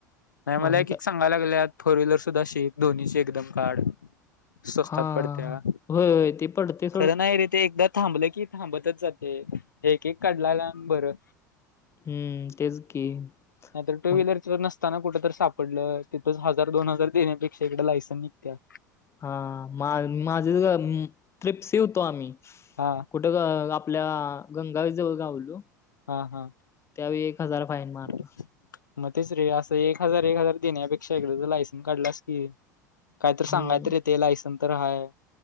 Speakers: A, on the left; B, on the left.
A: नाही मला
B: आणि
A: एक
B: काय
A: एक सांग सांगय लागल्यात फोर व्हीलर सुद्धा शिक, दोन्हीची एकदम काढ. स्वस्तात
B: हा
A: पडत्या.
B: होय होय ते पडतंय
A: खरं नाही रे ते एकदा थांबलं की थांबतच जातंय. एक एक काढलेला आणि बरं.
B: हम्म तेच की.
A: नाही तर टू
B: मग
A: व्हीलर च पण नसताना कुठं तर सापडलं तिथंच हजार दोन हजार देण्यापेक्षा ईकड लायसन्स निघत्या.
B: हां मा माझ ट्रिप्सी होतो आम्ही.
A: हां.
B: कुठं आपल्या गंगावेस जवळ गावलो.
A: हां हां.
B: त्यावेळी एक हजार फाईन मारला
A: मग तेच रे असं एक हजार एक हजार देण्यापेक्षा, एकदाच लायसन्स काढलास की काय तर सांगाय
B: हम्म
A: तर येतंय. लायसन्स तर आहे.